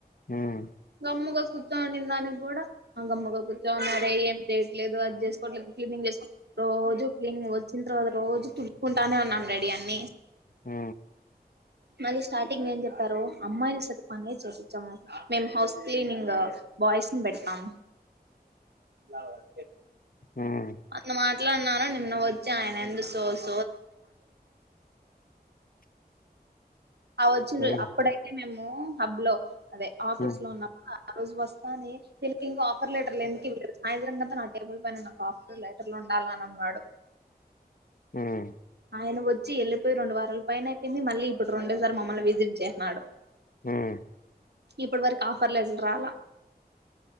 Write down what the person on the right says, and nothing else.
గమ్ముగ కూర్చోండి దానిక్ కూడా అంగమ్ముగా కూర్చో ఉన్నారే ఏం పెట్లేదు అది చేసుకోవట్లేదు క్లీనింగ్ చేసు రోజు క్లీనింగ్ వచ్చిన్ తర్వాత రోజు తుడుకుంటానే ఉన్నాం రెడీ అన్ని
మళ్ళీ స్టార్టింగ్ ఏం చెప్తారు అమ్మాయిని సత పనె చేపిచ్చాము మేం హౌస్ క్లీనింగ్ బాయ్స్న్ పెడతాం ర
అట్లా మాట్లాడ్నారా నిన్న వచ్చి ఆయన ఎందు సో <inaudible> అ వచ్చిన్రోజ్
అప్పుడైతే మేము హబ్ లో అదే ఆఫీస్
లో ఉన్నామా <inaudible> ఆ రోజు వస్తాది ఫీల్కింగ్ ఆపర్లెటర్ ఎందుకు ఆ ఎదురంగాంత నా టేబుల్ పైన నా కాఫీ లెటర్లు ఉండాల అని అన్నాడు
ఆయన వచ్చి వెళ్ళిపోయి రెడు వారాల పైన అయిపోయింది మళ్ళీ ఇప్పుడు రెండేసారి మమ్మల్ని విజట్ చేస్నాడు
ఇప్పుడు వరకు ఆఫర్లండ్రా